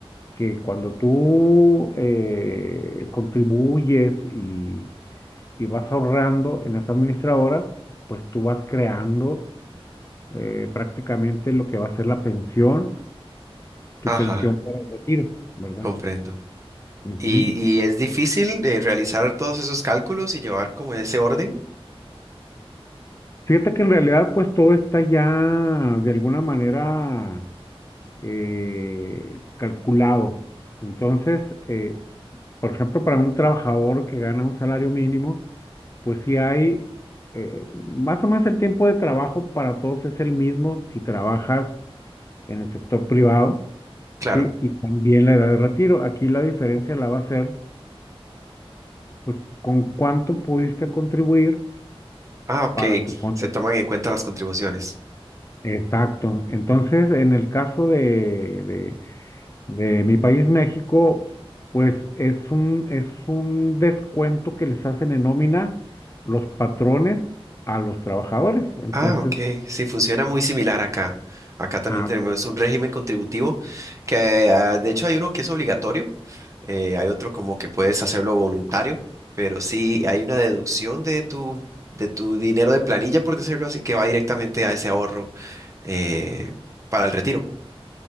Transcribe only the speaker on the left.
que cuando tú eh, contribuyes y y vas ahorrando en esa administradora, pues tú vas creando eh, prácticamente lo que va a ser la pensión, tu
pensión para el retiro, ¿verdad?
Ujú.
Fíjate que en realidad pues todo está ya de alguna manera eh, calculado. Entonces, eh, por ejemplo, para un trabajador que gana un salario mínimo, pues sí hay eh, más o menos el tiempo de trabajo para todos es el mismo si trabajas en el sector privado,
¿sí? Y también la edad de retiro. Aquí la diferencia la va a ser, pues, con cuánto pudiste contribuir
para tu fondo.
Exacto. Entonces, en el caso de, de, de mi país, México, pues es un, es un descuento que les hacen en nómina los patrones a los trabajadores. Entonces,
Ah,
ok.